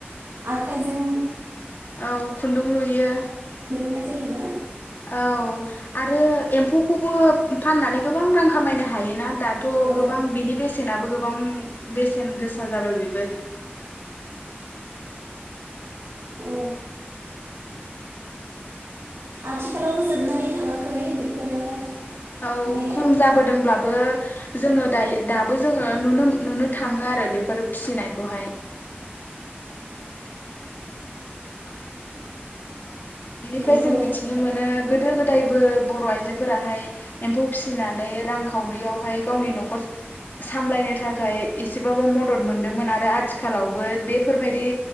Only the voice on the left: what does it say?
औ खुन्दुं लुयो
औ आरो एम्फौखौबो फाननानै गोबां रां खामायनो हायोना दा थ'
गोबां बेसेन बेसेनाबो गोबां बेसेन गोसा जाबाय बेबो
औ
खम जाबोदोंब्लाबो जोङो दायो दाबो जोङो नुनो नुनो थाङो आरो बेफोर फिसिनायखौहाय। बेनिफ्राय
जों मिथिनो मोनो गोदो गोदायबो बर' आइजोफोराहाय एम्फौ फिसिनानै रांखावरियावहाय गावनि न'खर सामलायनो थाखाय एसेबाबो मदद मोनदोंमोन आरो आथिखालावबो बेफोरबायदि